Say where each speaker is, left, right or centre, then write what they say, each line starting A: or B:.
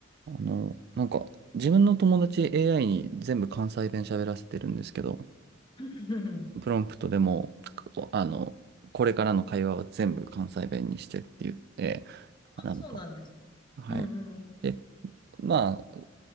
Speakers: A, on the right; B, on the left.
A: あの、なんか、自分の友達 AI に全部関西弁喋らせてるんですけど、
B: <laughs>
A: プロンプトでも、こあの、これからの会話は全部関西弁にしてって言って、
B: あ、
A: なんか、
B: そうなんです。
A: はい。
B: うんうんうん。
A: で、まあ、